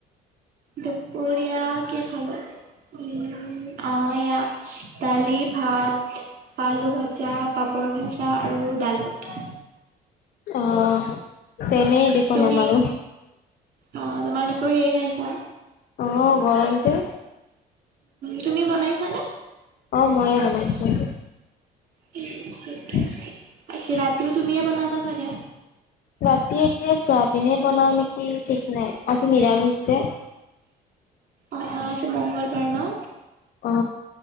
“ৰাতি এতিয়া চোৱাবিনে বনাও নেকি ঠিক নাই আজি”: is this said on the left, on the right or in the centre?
Left